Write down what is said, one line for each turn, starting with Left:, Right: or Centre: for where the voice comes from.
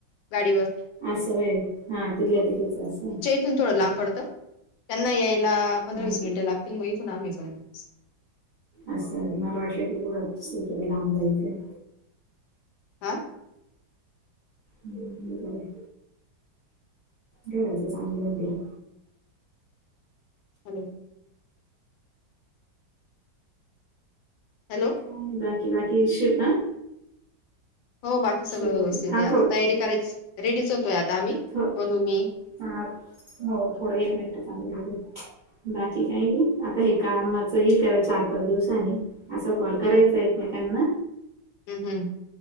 Left: गाडीवर.
Right: असं होय हा, तिथल्या तिथंच आहे असं.
Left: तुमच्याकडून लांब पडत. त्यांना यायला पंधरा
Right: हा
Left: वीस मिनिटं लागतील, मग इथून आम्ही जाणार असं.
Right: असं. मला वाटलं की कुठं दुसरीकडे लांब जायचं आहे.
Left: आ?
Right: हम्म बर आहे. घराच चांगलं होऊन गेलं.
Left: हॅलो. हॅलो.
Right: काय नाही बाकी बाकी <unintelligible> आ?
Left: हो बाकी सगळं
Right: शिवम
Left: व्यवस्थित
Right: थांब
Left: आहे. आता
Right: थोड
Left: तयारी करायची रेडीच होतोय आता आम्ही.
Right: हो.
Left: म्हणून मी
Right: हा हो थोडं एक मिनट चालू राहू दे. बाकी काय नाही आता हे कामचं येईल त्याला चार पाच दिवसांनी असा कॉल करायचा एकमेकांना.
Left: हम् हम्.